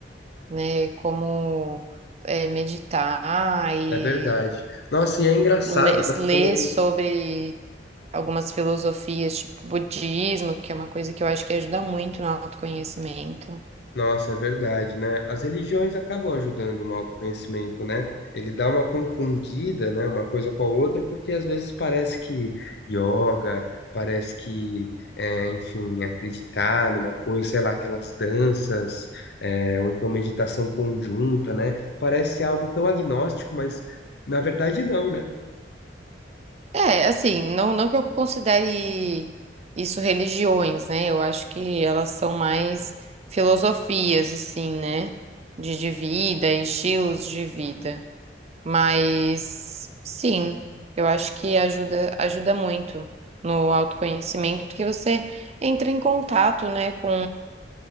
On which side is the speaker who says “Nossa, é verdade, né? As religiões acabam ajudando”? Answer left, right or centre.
Left